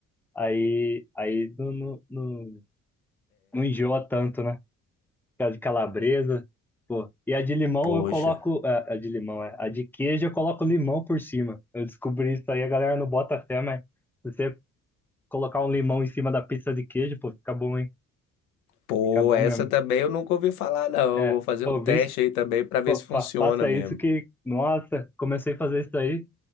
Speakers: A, in the centre; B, on the left.
A: Aí, aí não, não, não, não enjoa tanto, né? que é a de calabresa. Pô, e a de limão
B: Poxa.
A: eu coloco. A, a de limão, é. A de queijo eu coloco limão por cima. Eu descobri isso aí, a galera não bota fé, mas se você colocar um limão em cima da pizza de queijo, pô, fica bom, hein?
B: Pô,
A: Fica bom
B: essa
A: mesmo.
B: também eu nunca ouvi falar, não.
A: É,
B: Eu vou fazer
A: pô,
B: o teste
A: visto,
B: aí também pra ver
A: pô,
B: se funciona
A: fa- faça
B: mesmo.
A: isso que. Nossa, comecei a fazer isso aí,